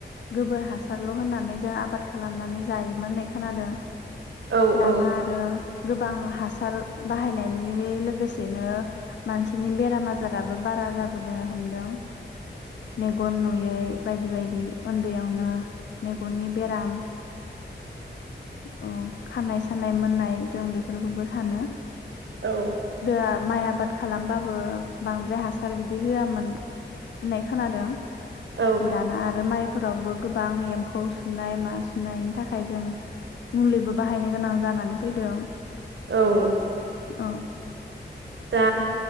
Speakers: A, on the left; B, on the right.
A: गोबोर हासारल होननानै जों आबाद खालामनानै जायोमोन नै खोनादों।
B: औ
A: दाना
B: औ
A: आरो गोबां हासार बाहायनायनि लोगोसे बेसेनो मानसिनि बेराम आजाराबो बारा जाबोनो हमदों। मेगन नुयै बायदि बायदि। बिदि उन्दैयावनो मेगननि बेराम औ खानाय साननाय मोननाय जों बेफोरखौबो सानो।
B: औ।
A: -दो माइ आबाद खालामबाबो बांद्राय हासार बिदि होआमोन। होननाय खोनादों
B: औ
A: दाना आरो माइ फोरावबो गोबां एम्फौ सुनाय मा सुनायनि थाखाय जों मुलिबो बाहायनो गोनां जानानै फैदों।
B: औ।
A: औ।
B: दा